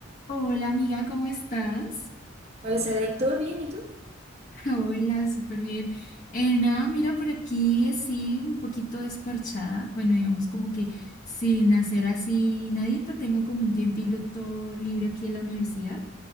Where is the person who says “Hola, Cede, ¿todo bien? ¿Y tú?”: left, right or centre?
Right